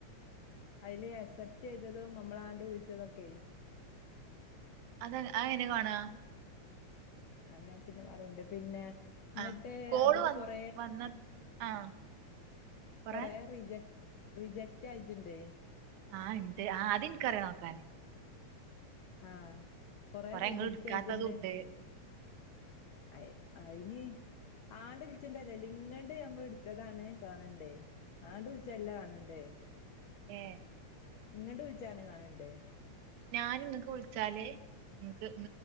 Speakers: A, on the left (about 75°); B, on the right (about 85°).
A: അയിലെ അസെപ്റ്റ് എയ്തതും അമ്മളാണ്ട് വിളിച്ചതൊക്കെയേ
B: അത് അയെങ്ങനാ കാണ്വാ
A: ആ ഞാൻ പിന്നെ പറയണ്ട് പിന്നെ ന്നിട്ട്
B: ആ കോള്
A: അതില്
B: വന്ന്
A: കൊറ
B: വന്ന ആ കൊറേ
A: കൊറെ റിജെ റിജക്റ്റായിട്ട്ണ്ട്
B: ആഹ് ഇണ്ട് ആ അത്ൻക്കറിയാം നോക്കാന്
A: ആ കൊറേ റിജക്റ്റായിട്ട്ണ്ട്
B: ഇങ്ങള് ഇട്ക്കാത്തതും ഇണ്ട്
A: അയ് അയ്നി ആണ്ട് ളിച്ചിട്ട്ണ്ടല്ലേല് ഇങ്ങണ്ട് മ്മള് ഇടുത്തതാണ് കാണണ്ടേ ആണ്ട് വി ചെല കാണണ്ടേ
B: ഏ
A: ഇങ്ങണ്ട് വിളിച്ചാന്ന കാണണ്ടേ
B: ഞാൻ ഇങ്ങക്ക് വിളിച്ചാലേ ഇങ്ങക്ക്